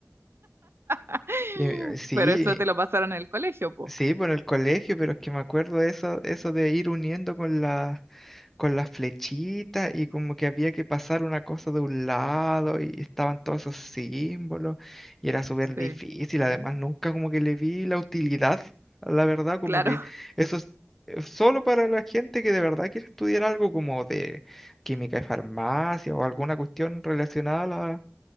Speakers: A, on the right; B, in the centre.
A: <laughs>
B: Eh, sí,
A: Pero eso te lo pasaron en el colegio, po.
B: Sí, por el colegio, pero es que me acuerdo de eso, eso de ir uniendo con la, con las flechitas y como que había que pasar una cosa de un lado y estaban todos esos símbolos y era súper
A: Sí,
B: difícil.
A: sí.
B: Además, nunca como que le vi la utilidad, la verdad, como
A: Claro.
B: que eso es eh, solo para la gente que de verdad quiere estudiar algo como de química y farmacia o alguna cuestión relacionada a la,